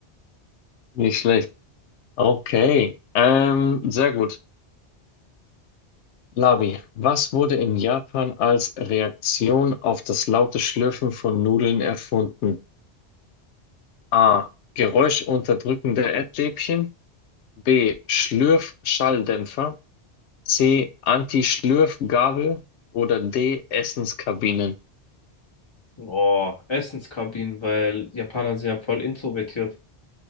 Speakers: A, on the left; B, on the left.
A: Nicht schlecht. Okay. Ähm, sehr gut. Labi, was wurde in Japan als Reaktion auf das laute Schlürfen von Nudeln erfunden? A. Geräuschunterdrückende Essstäbchen. B. Schlürfschalldämpfer. C. Anti-Schlürfgabel. Oder D. Essenskabinen.
B: Oh, Essenskabinen, weil Japaner sind ja voll introvertiert.